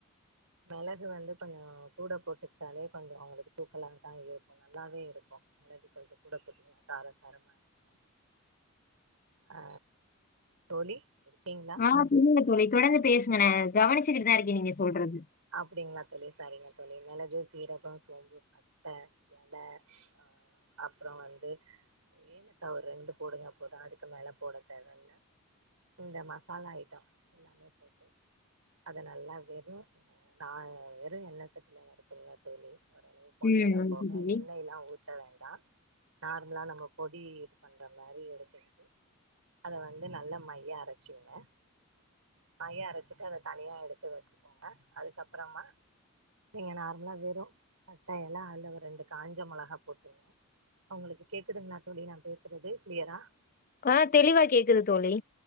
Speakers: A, on the right (about 80°); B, on the left (about 40°).
A: மிளகு வந்து கொஞ்சோ கூட போட்டுக்கிட்டாலே கொஞ்சோ அவங்களுக்கு தூக்கலா தான் இருக்கும் நல்லாவே இருக்கும் மிளகு கொஞ்சோ கூட போட்டுக்கன்னா காரசாரமா இருக்கும் ஆ தோழி இருக்கீங்களா
B: ஆ சொல்லுங்க தோழி தொடர்ந்து பேசுங்க நா கவனச்சுக்கிட்டுதான் இருக்கேன் நீங்க சொல்றது
A: அப்படிங்களா தோழி செரிங்க தோழி மிளகு சீரகம் சோம்பு பட்ட இல ஆ அப்புறோ வந்து ஏலக்கா ஓரு ரெண்டு போடுங்க போதும் அதுக்கு மேல போட தேவையில்ல இந்த மசாலா ஐட்டம் எல்லாமே போட்டு அத நல்லா வெறும் ன்ன நா வெறும் எண்ணசட்டில வருத்துருவ தோழி ஓரளவு பொன்னிரம்
B: ம் ஓகே
A: போக
B: தோழி.
A: எண்ணெயெல்லாம் ஊத் பட்ட வேண்டாம் நார்மலா நம்ம பொடி யூஸ் பண்ற மாறி எடுத்துக்கிட்டு அத வந்து நல்லா மைய அரைச்சிங்க மைய அரைச்சிட்டு அத தனியா எடுத்து வச்சுக்கோங்க அதுக்கப்புறமா நீங்க நார்மலா வெறும் பட்ட இல அதுல ஒரு ரெண்டு காஞ்ச மொளகா போட்டிருங்க உங்களுக்கு கேக்குதுங்கன்னா தோழி நான் பேசுறது கிளியரா
B: ஆ தெளிவா கேக்குது தோழி